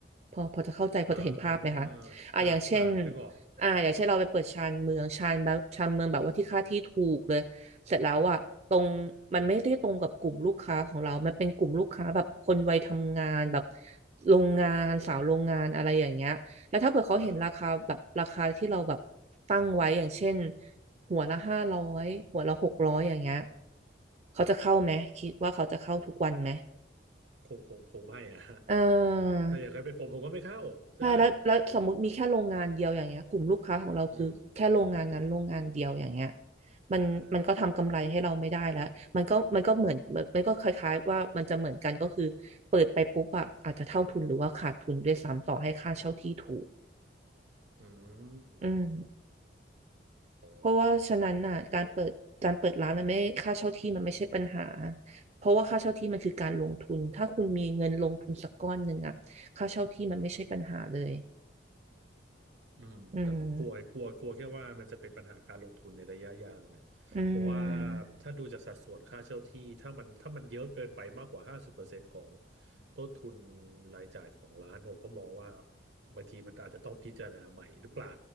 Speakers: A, on the right; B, on the right.
A: พอพอจะเข้าใจพอจะเห็นภาพไหมคะอ่ะอย่างเช่น
B: อ่าอ่าอ่านึกออก
A: อ่าอย่างเช่นเราไปเปิดชานเมืองชานแบบชานเมืองแบบว่าที่ค่าที่ถูกเลย เสร็จแล้วอ่ะตรงมันไม่ได้ตรงกับกลุ่มลูกค้าของเรา มันเป็นกลุ่มลูกค้าแบบคนวัยทำงานแบบโรงงานสาวโรงงานอะไรอย่างเงี้ยแล้วถ้าเผื่อเขาเห็นราคาแบบราคาที่เราแบบ
B: เออ
A: ตั้งไว้อย่างเช่นหัวละห้าร้อยหัวละหกร้อยอย่างเงี้ยเขาจะเข้าไหมคิดว่าเขาจะเข้าทุกวันไหม
B: อ่าคง คง คงไม่อะ <laughs> ฮะ
A: เออ
B: ถ้าอย่างนั้นเป็นผมผมก็ไม่เข้า ใช่
A: ใช่แล้วแล้วสมมติมีแค่โรงงานเดียวอย่างเงี้ยกลุ่มลูกค้าของเราคือแค่โรงงานนั้นโรงงานเดียวอย่างเงี้ย
B: อืม
A: มันมันก็ทำกำไรให้เราไม่ได้แล้วมันก็มันก็เหมือนมันมันก็คล้ายๆว่ามันจะเหมือนกันก็คือเปิดไปปุ๊บอะอาจจะเท่าทุนหรือว่าขาดทุนด้วยซ้ำต่อให้ค่าเช่าที่ถูก
B: อ่าอืม
A: อืม
B: อ๋อ
A: เพราะว่าฉะนั้นน่ะการเปิดการเปิดร้านมันไม่ค่าเช่าที่มันไม่ใช่ปัญหา
B: โห
A: เพราะว่าค่าเช่าที่มันคือการลงทุนถ้าคุณมีเงินลงทุนสักก้อนหนึ่งอะค่าเช่าที่มันไม่ใช่ปัญหาเลย
B: อืมแต่ผมกลัวกลัวกลัวแค่ว่ามันจะเป็นปัญหาการลงทุนในระยะยาวไง
A: อืมอืม
B: เพราะว่าถ้าดูจากสัดส่วนค่าเช่าที่ถ้ามันถ้ามันเยอะเกินไปมากกว่าห้าสิบเปอร์เซ็นต์ของต้นทุนรายจ่ายของร้านผมก็มองว่าบางทีมันอาจจะต้องพิจารณาใหม่หรือเปล่า